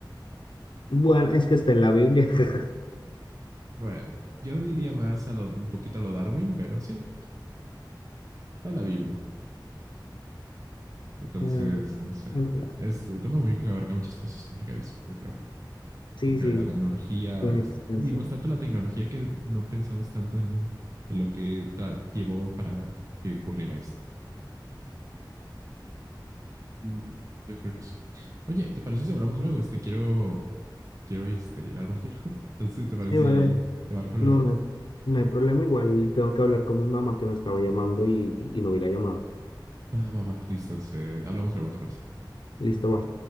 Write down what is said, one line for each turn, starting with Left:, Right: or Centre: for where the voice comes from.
Left: Bueno, es que está en la Biblia. <laughs>
Right: Bueno, yo diría más a lo, un poquito a lo Darwin, pero sí, Está la Biblia. Entonces,
Left: Eh,
Right: no sé.
Left: en fin.
Right: Es un tema muy que abarca muchas cosas complicadísimas, yo creo.
Left: Sí,
Right: Porque
Left: sí,
Right: la tecnología,
Left: bien
Right: es-
Left: extenso.
Right: vimos tanto la tecnología que no pensamos tanto en, eh, en lo que tra- llevó para que ocurriera esto. Mm, yo creo que sí. Oye, ¿te parece si hablamos luego? Este, quiero, quiero este, ir al baño. <laughs> Entonces, ¿te parece
Left: Sí, vale,
Right: si te marco luego?
Left: no, no, no hay problema. Igual tengo que hablar con mi mamá que me estaba llamando y, y no vi la llamada.
Right: Va, va, va. Listo. Entonces, eh, hablamos luego, ¿te parece?
Left: Listo, va.